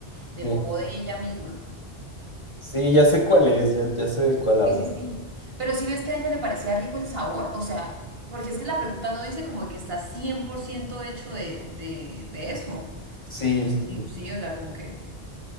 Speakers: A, on the right; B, on the left.
A: de
B: Sí,
A: popó de ella misma.
B: sí, ya sé cuál es, ya, ya sé de cuál habla.
A: Sí, sí, sí. Pero si ves que a ella le parecía rico el sabor, o sea, porque es que la pregunta no dice como que está 100% hecho de, de, de eso.
B: Sí,
A: Pues
B: sí,
A: sí,
B: sí.
A: pues sí, o sea, como que,